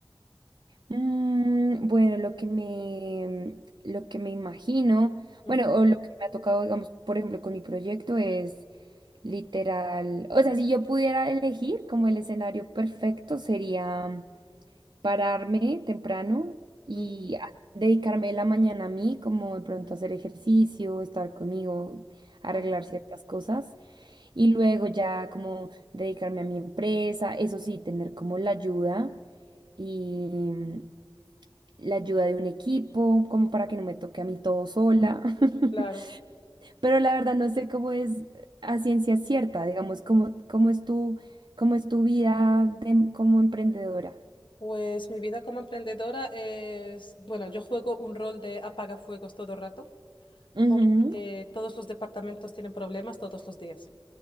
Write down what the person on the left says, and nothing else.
Ujú,
ujú,
ajá,
Claro.
Pues mi vida como emprendedora es, bueno, yo juego un rol de apagafuegos todo el rato,
porque todos los departamentos tienen problemas todos los días.